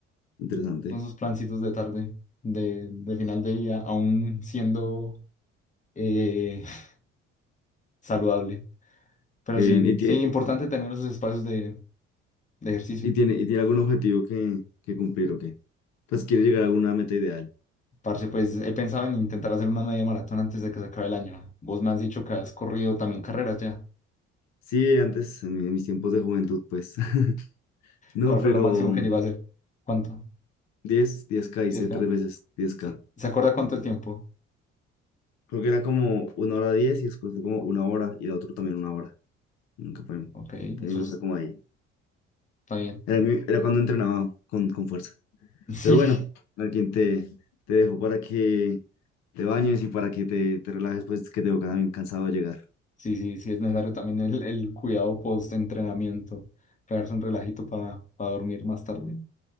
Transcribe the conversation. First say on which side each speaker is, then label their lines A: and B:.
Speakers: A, on the left; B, on the left.
A: Interesante.
B: con sus plancitos de tarde, de, de final de día, aún siendo eh, <laughs> saludable. Pero
A: Qué
B: sí,
A: bien. ¿Y tiene,
B: sí, importante tener esos espacios de, de ejercicio.
A: y tiene, y tiene algún objetivo que, que cumplir o qué? Pues quiere llegar a alguna meta ideal.
B: Parce, pues he pensado en intentar hacer una media maratón antes de que se acabe el año. Vos me has dicho que has corrido también carreras ya.
A: Sí, antes, en, mi- en mis tiempos de juventud, pues. <laughs> No,
B: ¿Cuál
A: pero
B: fue lo máximo que llevas a hacer? ¿Cuánto?
A: diez, diez k hice
B: ¿10K?
A: tres veces diez
B: ¿Se,
A: k
B: se acuerda cuánto el tiempo?
A: Creo que era como una hora 10 y después fue como una hora y la otra también una hora. Nunca fue.
B: Ok,
A: Siempre
B: eso está
A: fue como ahí.
B: bien.
A: Era, mi- era cuando entrenaba con, con fuerza.
B: <laughs>
A: Pero bueno,
B: Sí.
A: alguien te, te dejo para que te bañes y para que te, te relajes, pues que te veo también cansado de llegar.
B: Sí, sí, sí, es necesario también el, el cuidado post-entrenamiento, pegarse un relajito para dormir más tarde.